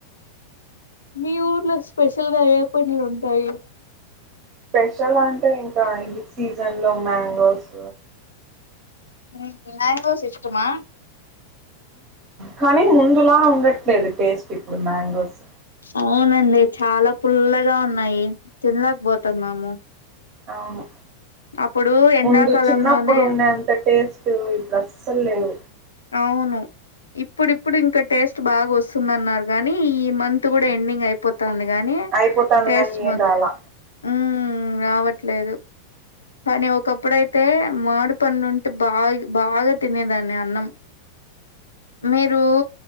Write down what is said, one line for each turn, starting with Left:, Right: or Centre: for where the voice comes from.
Left: మీ ఊర్లో స్పెషల్ గా ఏ పనులు ఉంటాయి
Right: స్పెషల్ అంటే ఇంకా ఈ సీజన్ లో మ్యాంగోస్
Left: హ్మ్ మ్యాంగోస్ ఇష్టమా
Right: కానీ ముందులా ఉండట్లేదు టేస్ట్ ఇప్పుడు మ్యాంగోస్
Left: అవునండి చాల పుల్లగా ఉన్నాయి. తినలేకపోతున్నాము
Right: అవును
Left: అప్పుడు ఎండాకాలంలోనే
Right: ముందు చిన్నప్పుడు ఉండేంత టేస్ట్ ఇప్పుడ సల్ లేవు
Left: అవును ఇప్పుడిప్పుడు ఇంకా టేస్ట్ బాగా వస్తుందన్నారు గానీ, ఈ మంత్ కూడ ఎండింగ్ అయిపోతు తుంది కాని
Right: అయిపోతాంది
Left: టేస్ట్
Right: కానీ ఏం
Left: మా
Right: రాలా
Left: మ్మ్ రావట్లేదు. కానీ ఒకప్పుడైతే మామిడి పన్ను ఉంటే బాగి బాగ తినేదాన్ని అన్నం. మీరూ